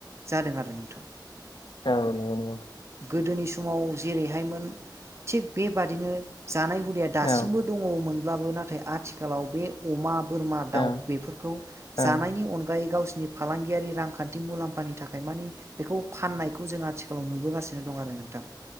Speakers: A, on the right; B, on the left.
A: जादों आरो नोंथां
B: औ नंगौ नंगौ
A: गोदोनि समाव जेरैहायमोन थिग बेबादिनो जानाय हुदया दासिमबो
B: औ
A: दङमोन बाबो नाथाय आथिखालाव बे अमा बोरमा दाउ
B: औ
A: बेफोरखौ
B: औ
A: जानायनि अनगायै गावसि नि फालांगियारि रांखान्थि मुलाम्फानि थाखाय मानि बेखौ फाननाय बेखौ जों आथिखालाव नुबोगासिनो दं आरो नोंथां